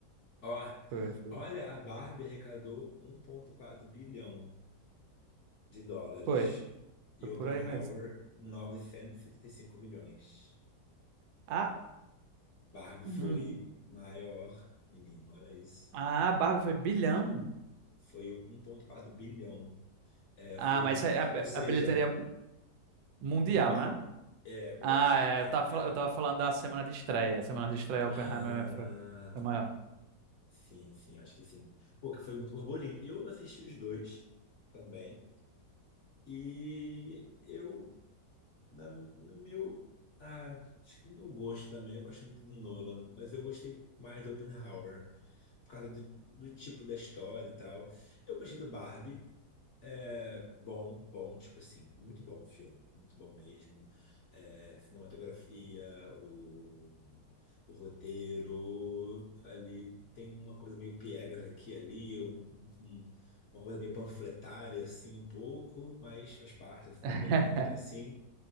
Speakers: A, on the left (about 55°); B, on the right (about 70°).
A: Ó,
B: foi, foi.
A: olha, a Barbie arrecadou um vírgula quatro bilhão. de dólares
B: Foi,
A: e
B: foi
A: Oppenheimer
B: por aí mesmo.
A: 975 milhões.
B: A-
A: Barbie
B: Hum.
A: foi maior, menino, olha isso.
B: Ah, a Barbie foi bilhão.
A: Foi um ponto quatro bilhão. É,
B: Ah,
A: foi,
B: mas isso é a,
A: ou seja,
B: a bilheteria mundial,
A: global.
B: né?
A: É, glo-
B: Ah,
A: é,
B: é, eu tava,
A: é,
B: fal- eu
A: é.
B: tava falando da semana de estreia. A semana de estreia Oppenheimer
A: Ah,
B: foi, foi maior.
A: sim, sim, acho que sim. Pô, que foi muito burburinho. Eu assisti os dois também. E eu Da, do meu, ah, acho que do meu gosto também, eu gosto muito do Nolan, mas eu gostei mais do Oppenheimer, por causa do, do tipo da história e tal. Eu gostei do Barbie, é bom, bom, tipo assim, muito bom o filme, muito bom mesmo. É, cinematografia, o, o roteiro, ali tem uma coisa meio piegas aqui e ali, um, um- uma coisa meio panfletária, assim, um pouco, mas faz parte, o cinema
B: <laughs>
A: americano ele é assim.